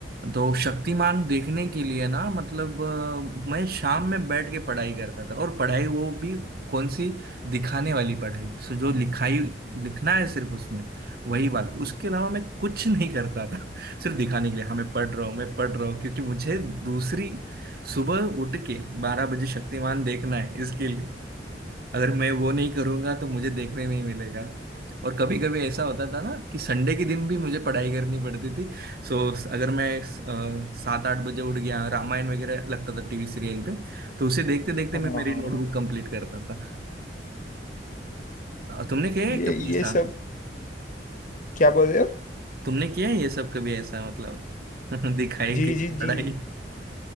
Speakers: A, on the right; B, on the left.
A: तो शक्तिमान देखने के लिए ना मतलब अ, मैं शाम में बैठ के पढ़ाई करता था और पढ़ाई वो भी कौन सी दिखाने वाली पढ़ाई सो जो लिखाई लिखना है सिर्फ उसमें वही वाला उसके अलावा मैं कुछ नहीं करता था <laughs> सिर्फ दिखाने के लिए हाँ मैं पढ़ रहा हूँ मैं पढ़ रहा हूँ क्योंकि मुझे दूसरी सुबह उठ के बारह बजे शक्तिमान देखना है इसके लिए अगर मैं वो नहीं करूंगा तो मुझे देखने नहीं मिलेगा और कभी कभी ऐसा होता था ना कि संडे के दिन भी मुझे पढ़ाई करनी पड़ती थी सो अगर मैं अ, सात आठ बजे उठ गया रामायण वगैरह लगता था टीवी सीरियल पे तो उसे देखते देखते
B: हाँ
A: मैं मेरी
B: हाँ
A: नोटबुक कंप्लीट करता था तुमने किया है
B: ये
A: कभी ऐसा
B: ये सब क्या बोल रहे हो
A: तुमने किया है ये सब कभी ऐसा मतलब <laughs> दिखाई
B: जी
A: कि
B: जी
A: पढ़ाई
B: जी